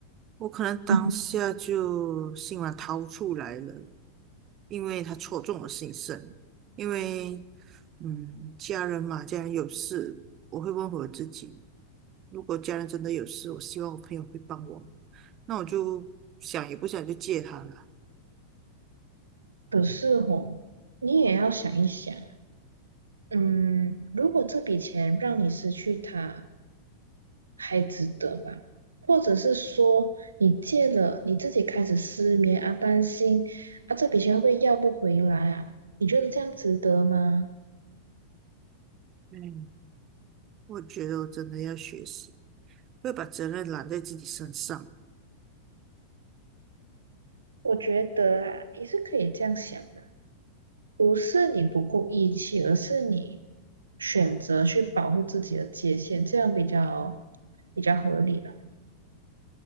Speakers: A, on the right (about 30°); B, on the right (about 75°).
A: 我可能当下就心软掏出来了，
B: <laughs>
A: 因为他戳中我心声。因为，嗯，家人嘛，家人有事，我会问我自己，如果家人真的有事，我希望我朋友会帮我吗？那我就想也不想就借他了。
B: 可是哦，你也要想一想，嗯，如果这笔钱让你失去它，还值得吧？或者是说，你借了，你自己开始失眠啊，担心啊，这笔钱会不会要不回来啊？你觉得这样值得吗？
A: 嗯。我觉得我真的要学习，不要把责任揽在自己身上。
B: 我觉得啊，也是可以这样想的。不是你不够义气，而是你选择去保护自己的界限，这样比较比较合理了。